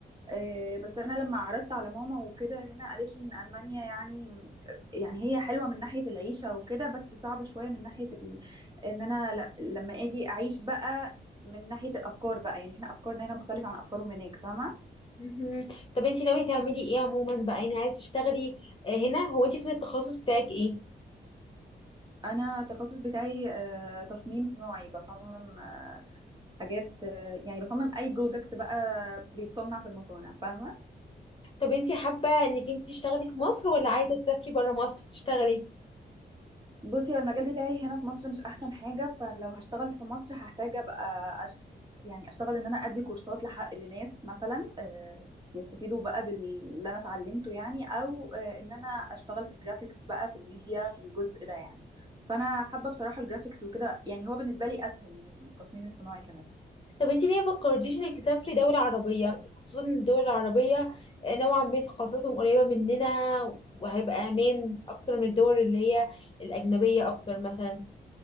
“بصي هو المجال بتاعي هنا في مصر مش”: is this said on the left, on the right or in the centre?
Right